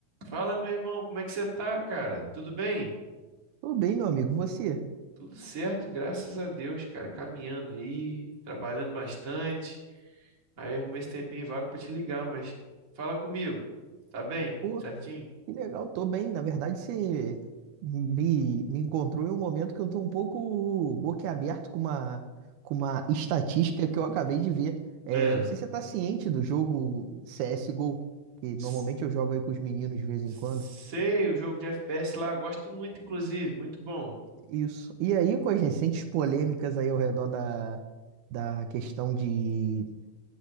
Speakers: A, on the right; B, on the right.
A: Fala, meu irmão, como é que você tá, cara? Tudo bem?
B: Tô bem, meu amigo. Você?
A: Tudo certo, graças a Deus, cara. Caminhando aí, trabalhando bastante. Aí arrumei esse tempinho vago pra te ligar, mas fala comigo. Tá bem?
B: Pô,
A: Certinho?
B: que legal, tô bem. Na verdade, você me, me encontrou em um momento que eu tô um pouco boquiaberto com uma, com uma estatística que eu acabei de ver. É,
A: É.
B: não sei se você tá ciente do jogo CSGO, que normalmente
A: S-
B: eu jogo aí com os meninos de vez em
A: Sei,
B: quando.
A: o jogo de FPS lá, gosto muito, inclusive, muito bom.
B: Isso. E aí, com as recentes polêmicas aí ao redor da, da questão de